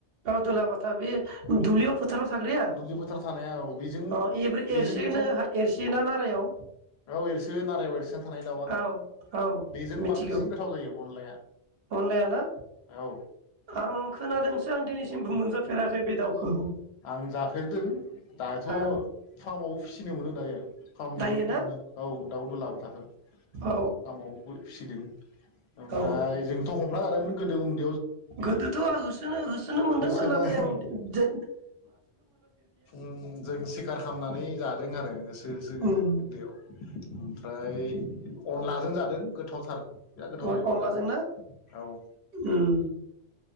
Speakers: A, on the right (about 65°); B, on the left (about 70°).
A: औ दुलाबाथा बे
B: ओं
A: दुब्लियाव फोथाराव थाग्राया
B: दुब्लि फोथाराव थानाया औ बेजों
A: अ एब्रे एरसेनो
B: बेजोंथं
A: एरसेयोना नारायाव
B: औ एरसो नारायाव एरसोना थानाय दाउआ
A: औ औ
B: बेजों
A: मिथिगौ।
B: बांसिन गोथाव जायो अनलाया
A: अनलाया ना
B: औ
A: आं खोनादोंसो आं दिनैसि सिमबो मोनजाफेराखै बे दाउखौ।
B: आं जाफेरदों। दाथ'
A: हा
B: फार्मावबो फिसिनो मोनो दायो। फार्मनिबो
A: दायो ना
B: मोनो औ दाउदुलाबो। <unintelligible>
A: औ
B: फार्मावबो फिसिदों। ओमफ्राय
A: औ
B: जों थ हमना जादोंमोन गोदो उन्दै
A: गोदोथ' आं होसोनो होसोनो मोनदोंमोन
B: होसोना
A: नाथाय आं दो
B: उम जों सिखार खामनानै जादों आरो होसो होसो गोदो
A: उम
B: उन्दैयाव ओमफ्राय अनलाजों जादों। गोथावथार बिराद गोथाव जायो
A: अरअनलाजोंना
B: अनलाजों औ
A: उम